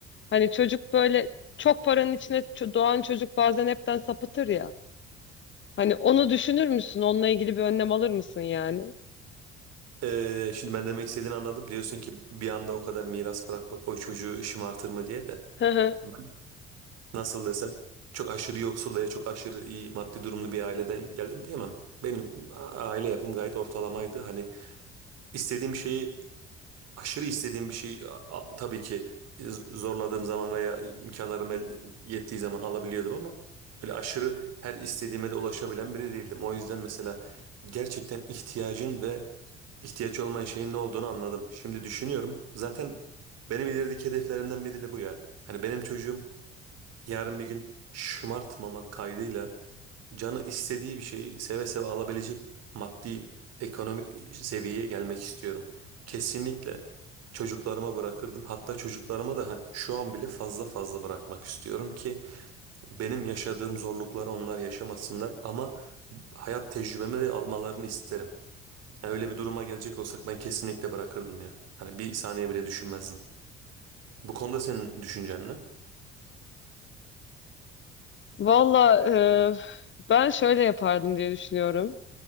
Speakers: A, on the left (about 35°); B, on the right (about 50°).
A: Hani çocuk böyle çok paranın içine ço- doğan çocuk bazen hepten sapıtır ya. Hani onu düşünür müsün? Onunla ilgili bir önlem alır mısın yani?
B: Ee, şimdi ben demek istediğini anladım. Diyorsun ki bir anda o kadar miras bırakmak o çocuğu şımartır mı diye de
A: Hı hı.
B: ben nasıl desem çok aşırı yoksul veya çok aşırı iyi maddi durumlu bir aileden geldim diyemem. Benim a- aile yapım gayet ortalamaydı. Hani istediğim şeyi aşırı istediğim bir şey a- a- tabii ki e, zorladığım zaman veya imkanlarım el yettiği zaman alabiliyordum ama böyle aşırı her istediğime de ulaşabilen biri değildim. O yüzden mesela gerçekten ihtiyacın ve ihtiyaç olmayan şeyin ne olduğunu anladım. Şimdi düşünüyorum. Zaten benim ilerideki hedeflerimden biri de bu ya. Hani benim çocuğum yarın bir gün şımartmama kaydıyla canı istediği bir şeyi seve seve alabilecek maddi ekonomik seviyeye gelmek istiyorum. Kesinlikle çocuklarıma bırakırdım. Hatta çocuklarıma da hani şu an bile fazla fazla bırakmak istiyorum ki benim yaşadığım zorlukları onlar yaşamasınlar ama hayat tecrübemi de almalarını isterim. Yani öyle bir duruma gelecek olsak ben kesinlikle bırakırdım ya. Hani bir saniye bile düşünmezdim. Bu konuda senin düşüncen ne?
A: Valla e, ben şöyle yapardım diye düşünüyorum.